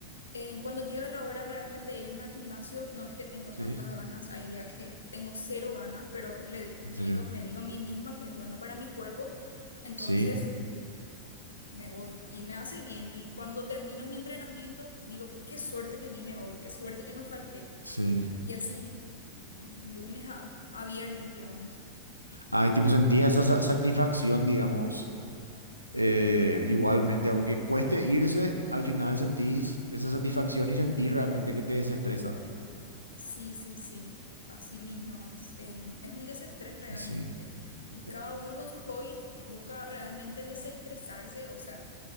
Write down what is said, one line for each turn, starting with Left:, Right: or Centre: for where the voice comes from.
Left: Eh, cuando llega la hora realmente de irme al gimnasio, no es que tengo
Right: Sí,
Left: tantas ganas, hay días que tengo cero ganas, pero le di-
Right: en
Left: digo,
Right: serio.
Left: me digo a mí misma que es bueno para mi cuerpo, entonces
Right: Sí,
Left: me voy y me hace bien. Y cuando termino mi entrenamiento, digo, qué suerte que vine hoy, qué suerte que no falté.
Right: sí.
Left: Y así, lunes a, a viernes, digamos.
Right: Ay, tipo, sentís esa sa- satisfacción, digamos, eh, igualmente, aunque cueste irse, al final sentís esa satisfacción y sentís realmente que te desestresa.
Left: Sí, sí, sí, así mismo es. Eh, es un desestrés realmente.
Right: Y sí.
Left: Y cada
Right: eh,
Left: uno con sus hobbies busca realmente desestresarse, o sea,